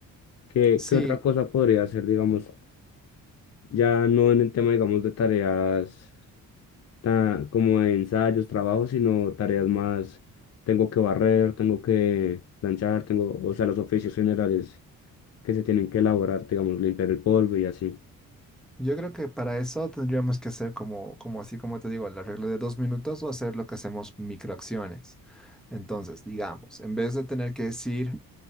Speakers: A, on the left (about 50°); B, in the centre.
A: ¿Qué,
B: Sí,
A: qué otra cosa podría hacer, digamos, ya no en el tema, digamos, de tareas tan, como de ensayos, trabajos, sino tareas más, tengo que barrer, tengo que planchar, tengo, o sea, los oficios generales que se tienen que elaborar, digamos, limpiar el polvo y así.
B: Yo creo que para eso tendríamos que hacer como, como así como te digo, el arreglo de dos minutos o hacer lo que hacemos microacciones. Entonces, digamos, en vez de tener que decir,